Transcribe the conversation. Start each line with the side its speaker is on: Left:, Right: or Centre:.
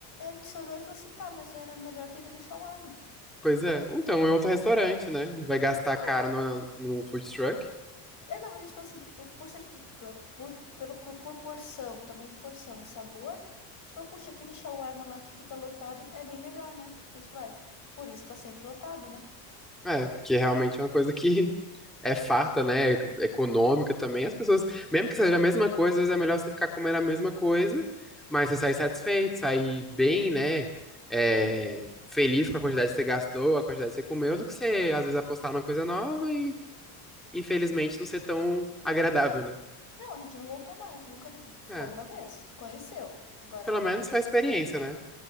Left: a gente se olhou e falou assim, tá, mas era melhor ter ido no shawarma.
Centre: Pois é. Então, é outro
Left: Porque,
Centre: restaurante, né? Vai gastar caro
Left: não,
Centre: numa- num food truck.
Left: é, não, mas a gente falou assim, por, por ser food truck, por, pelo, por, por porção, tamanho de porção e sabor, a gente falou, puxa, aquele shawarma lá que fica lotado é bem melhor, né? A gente falou, é, por isso que tá sempre lotado, né?
Centre: É, porque realmente é uma coisa que <laughs> é farta, né? É Econômica também.
Left: Uhum.
Centre: As pessoas, mesmo que seja a mesma coisa, às vezes é melhor você ficar comendo a mesma coisa, mas você sair satisfeito, sair bem, né? É, feliz com a quantidade que você gastou, a quantidade que você comeu, do que você, às vezes, apostar numa coisa nova e, infelizmente, não ser tão agradável, né?
Left: Não, a gente não voltou mais, nunca foi
Centre: É,
Left: uma vez, conheceu. Agora
Centre: pelo
Left: não
Centre: menos
Left: foi mais
Centre: foi a experiência,
Left: de novo.
Centre: né?